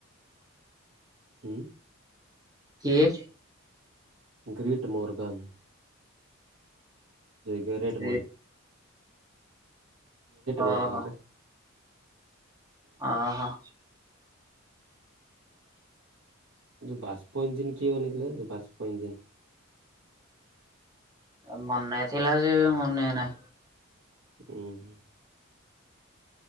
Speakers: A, on the right (about 75°); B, on the right (about 20°).
A: ଉଁ।
B: କିଏ?
A: ଗ୍ରିଟ ମର୍ଗନ୍।
B: କିଏ
A: ଗ୍ୟାରେଟ
B: ଓହୋ
A: ବର୍ଗନ।
B: ଆ ହଁ।
A: ଯୋଉ ବାଷ୍ପ ଇଞ୍ଜିିନ କିଏ ବାନେଇଥିଲା ଜାଣିଛ ବାଷ୍ପ ଇଞ୍ଜିିନ
B: ଆ ମନେ ଥିଲା ଯେ ମନେ ନାହିଁ।
A: ଉଁ ହୁଁ।